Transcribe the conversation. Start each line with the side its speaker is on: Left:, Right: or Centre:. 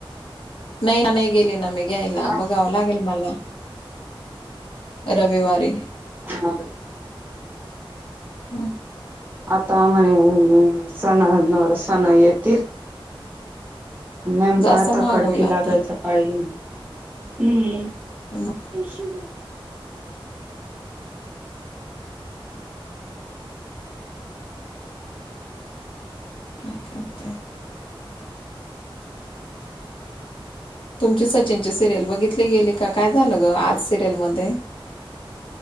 Left: नाही न नाही गेली न मी घ्यायला
Right: हा
Left: बघाव लागेल मला. रविवारी
Right: हा
Left: ह..
Right: आंता म्हणे संण नं सणं येतील मंन
Left: जास्त
Right: कांता
Left: महाग
Right: कडकी
Left: होईल आता
Right: लागलचां पाई हम्मं
Left: हं
Right: इश्यूं
Left: कायं करतांय तुमची सचिन सिरियल बघितली गेली कां कायं झालं गं आंज सिरियलमध्यें